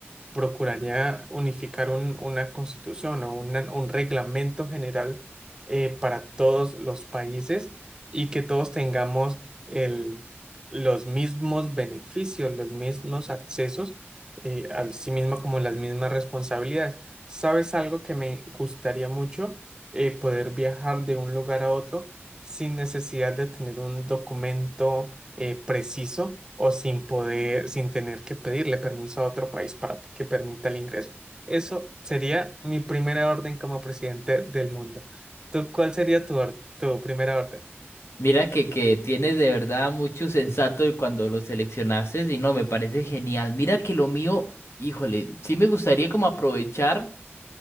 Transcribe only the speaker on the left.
Mira que, que tienes de verdad mucho sensato de cuando lo seleccionaste y no, me parece genial. Mira que lo mío, híjole, sí me gustaría como aprovechar